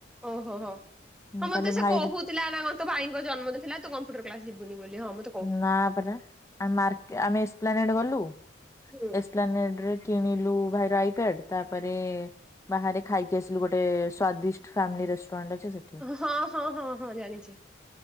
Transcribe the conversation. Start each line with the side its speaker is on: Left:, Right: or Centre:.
Centre: ଓହୋ ହୋ
Left: ମୁଁ
Centre: ହଉ ମତେ
Left: କାଲି
Centre: ସେ
Left: ଭାଇର
Centre: କହୁ ଥିଲା ନାର ତ ଭାଇଙ୍କ ଜନ୍ମଦିନଥିଲା ତ କମ୍ପୁଟର କ୍ଲାସ ଯିବୁନି ବୋଲି ହଁ ମୁ
Left: ନା ପରା ଆମେ ଏକସେପ୍ଲାଣ୍ଟ ଗଲୁ।
Centre: ହୁଁ
Left: ଏସପ୍ଲାନେଡ ରେ କିଣିଲୁ ଭାଇର ଆଇକାଡ। ତାପରେ ବାହାରେ ଖାଇକି ଆସିଲୁ ଗୋଟେ ସ୍ଵାଦିଷ୍ଟ ଫାମିଲି ରେଷ୍ଟୁରାଣ୍ଟ ଅ ସେଠି।
Centre: ହଁ ହଁ ହଁ ହଁ ଜାଣିଛି।